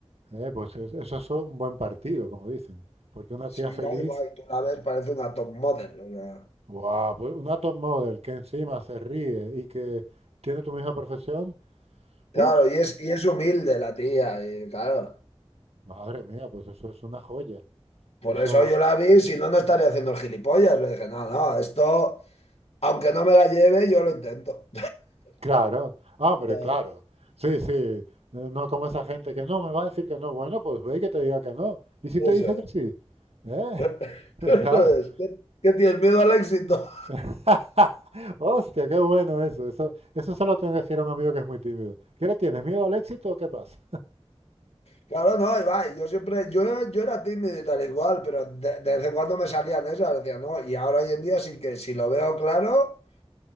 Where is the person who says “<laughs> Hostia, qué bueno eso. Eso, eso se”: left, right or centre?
Right